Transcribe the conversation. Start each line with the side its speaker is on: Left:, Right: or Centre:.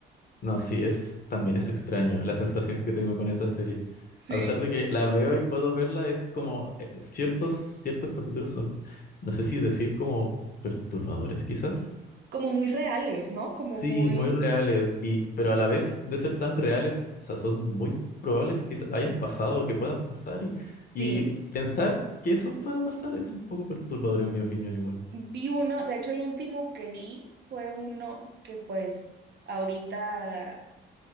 Left: No, sí, es, también es extraño la sensación que tengo con esa serie.
Right: Sí.
Left: A pesar de que la veo y puedo verla, es como eh, ciertos, ciertos capítulos son, no sé si decir como perturbadores quizás.
Right: Como muy reales, ¿no? Como
Left: Sí,
Right: muy...
Left: muy reales, y, pero a la vez de ser tan reales, o sea, son muy probables que t- hayan pasado o que puedan pasar y, y
Right: Sí,
Left: pensar que eso pueda pasar es un poco perturbador en mi opinión igual.
Right: vi uno, de hecho el último que vi fue uno que pues ahorita